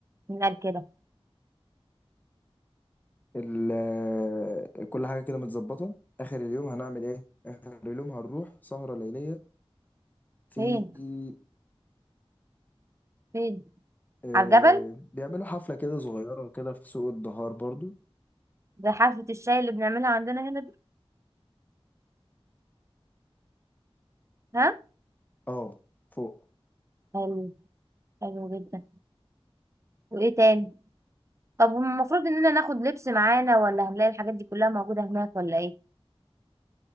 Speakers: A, on the right; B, on the left.
A: مين قال كده
B: ال- كل حاجه كده متظبطه اخر اليوم هنعمل ايه اخر اليوم هنروح سهره ليليه في
A: فين فين
B: آه
A: على الجبل
B: بيعملوا حفله كده صغيره كده في سوق الدهار برضو
A: زي حفلة الشاي اللي بنعملها عندنا هنا دي ها
B: اه فوق
A: حلو حلو جدا وايه تاني طب المفروض اننا ناخد لبس معانا ولا هنلاقي الحاجات دي كلها موجودة هناك ولا ايه